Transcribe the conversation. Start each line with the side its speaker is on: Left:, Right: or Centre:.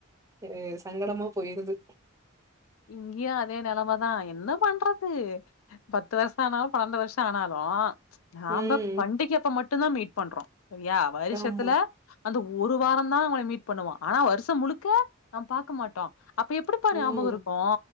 Right: அ சங்கடமா போயிருது
Left: இங்குயு அதே நெலமதா என்ன பண்றது பத்து வர்ஷோ ஆனாலு பன்னெண்டு வருஷோ ஆனாலு நாம்ப
Right: ம்.
Left: பண்டிகை அப்ப மட்டுநாதா மீட் பண்றோ சரியா வருஷத்துல
Right: ஆமா.
Left: அந்த ஒரு வார தா அவங்கள மீட் பண்ணுவோ ஆனா வருஷோ முழுக்க நம் பாக்க மாட்டோ அப்ப எப்படிப்பா ஞாபகம்
Right: ம்.
Left: இருக்கு கோ